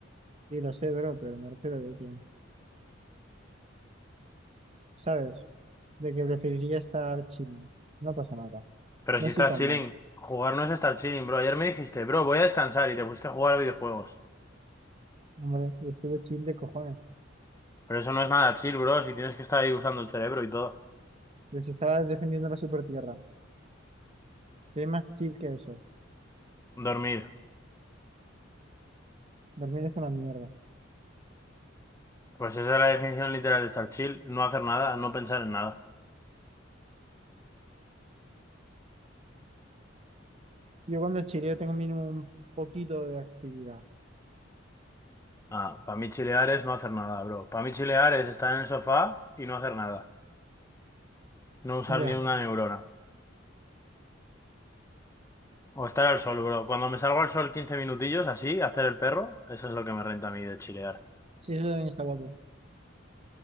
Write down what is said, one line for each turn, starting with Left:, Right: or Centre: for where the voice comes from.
Right: sí lo sé, bro, pero me refiero de que, ¿sabes? De que preferiría estar chilling. No pasa nada.
Left: Pero
Right: No
Left: si
Right: estoy
Left: estás
Right: tan
Left: chilling,
Right: mal.
Left: jugar no es estar chilling, bro. Ayer me dijiste, bro, voy a descansar y te pusiste a jugar a videojuegos.
Right: Hombre, y estuve chill de cojones.
Left: Pero eso no es nada chill, bro, si tienes que estar ahí usando el cerebro y todo.
Right: Pero si estabas defendiendo la super tierra, ¿qué hay más chill que eso?
Left: Dormir.
Right: Dormir es una mierda.
Left: Pues esa es la definición literal de estar chill, no hacer nada, no pensar en nada.
Right: Yo cuando chileo tengo mínimo un poquito de actividad.
Left: Ah, para mí chilear es no hacer nada, bro. Para mí chilear es estar en el sofá y no hacer nada. No usar
Right: Ya.
Left: ni una neurona. O estar al sol, bro. Cuando me salgo al sol 15 minutillos, así, hacer el perro, eso es lo que me renta a mí de chilear.
Right: Sí, eso también está guapo.